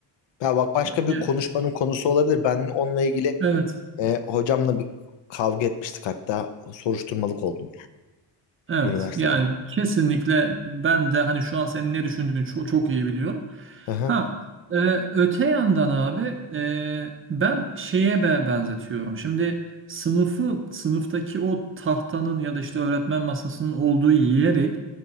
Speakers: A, on the left (about 70°); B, on the right (about 30°).
A: Ya bak başka
B: Ya,
A: bir konuşmanın konusu olabilir. Ben onunla ilgili
B: Evet.
A: e, hocamla bir kavga etmiştik hatta soruşturmalık oldum
B: Evet
A: üniversitede.
B: yani kesinlikle ben de hani şu an senin ne düşündüğünü çok, çok iyi biliyorum.
A: Hı hı.
B: Ha e, öte yandan abi e, ben şeye be benzetiyorum. Şimdi sınıfı sınıftaki o tahtanın ya da işte öğretmen masasının olduğu yeri